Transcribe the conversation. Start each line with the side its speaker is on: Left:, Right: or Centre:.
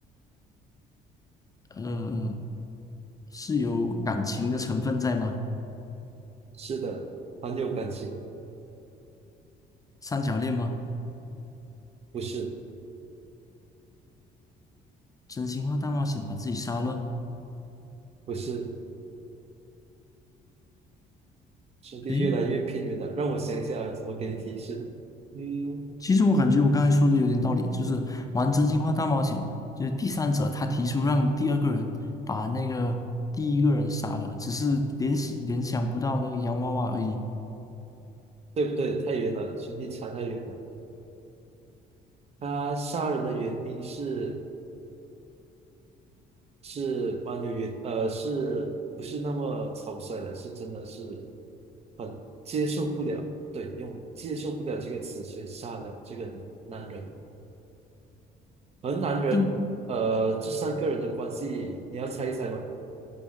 Left: 呃，是有感情的成分在吗？
Right: 是的，很有感情，
Left: 三角恋吗？
Right: 不是，
Left: 真心话大冒险把自己杀了？
Right: 不是，兄弟越来越偏远了，
Left: 诶，
Right: 让我想一下怎么给你提示，嗯，
Left: 其实我感觉我刚才说的有点道理，就是玩真心话大冒险，就是第三者他提出让第二个人把那个第一个人杀了，只是联系联想不到那个洋娃娃而已，
Right: 对不对？太远了，兄弟差太远了。他杀人的原因是是蛮有原呃，是不是那么草率的？是真的是很接受不了，对，用接受不了这个词去杀了这个男男人。而男人，
Left: 就
Right: 呃，这三个人的关系，你要猜一猜吗？